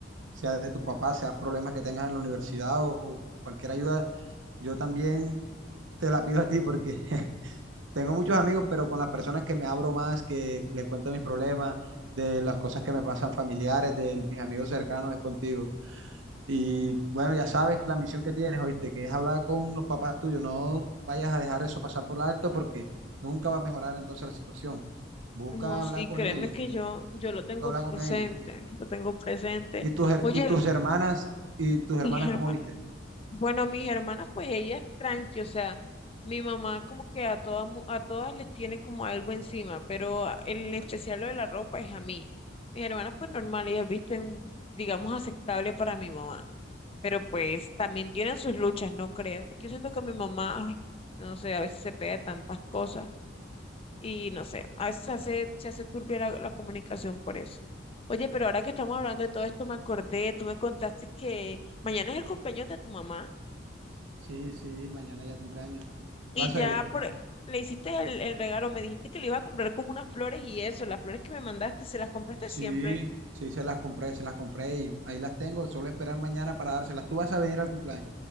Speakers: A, on the right (about 85°); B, on the left (about 30°).
A: sea de tu papá, sea problemas que tengas en la universidad o cualquier ayuda Yo también te la pido a ti porque <laughs> tengo muchos amigos, pero con las personas que me abro más, que les cuento mis problemas, de las cosas que me pasan familiares, de mis amigos cercanos, es contigo. Y bueno, ya sabes la misión que tienes, oíste, que es hablar con los papás tuyos. No vayas a dejar eso pasar por alto porque nunca va a mejorar entonces la situación. Busca
B: No, sí,
A: hablar con
B: créeme
A: ellos,
B: que yo, yo lo tengo
A: busca hablar con
B: presente,
A: ellos.
B: lo tengo presente.
A: ¿Y tus, her-
B: Oye,
A: y tus hermanas, y tus hermanas,
B: mis hermanas,
A: cómo viste?
B: bueno, mis hermanas, pues ellas tranqui, o sea, mi mamá como que a todas, mu- a todas les tiene como algo encima, pero a- en especial lo de la ropa es a mí. Mis hermanas, pues normal, ellas visten, digamos, aceptable para mi mamá. Pero pues también tienen sus luchas, no creas. Es que yo siento que mi mamá, ay, no sé, a veces se pega de tantas cosas y no sé, a veces se hace, se hace turbia la, la comunicación por eso. Oye, pero ahora que estamos hablando de todo esto, me acordé, tú me contaste que mañana es el cumpleaños de tu mamá
A: Sí, sí, mañana ya cumpleaños.
B: y
A: ¿Vas
B: ya
A: a ir?
B: por, le hiciste el, el regalo, me dijiste que le ibas a comprar como unas flores y eso, las flores que me mandaste, ¿se las compraste
A: Sí,
B: siempre?
A: sí, se las compré, se las compré y ahí las tengo. Solo esperar mañana para dárselas. Tú vas a venir al cumpleaños.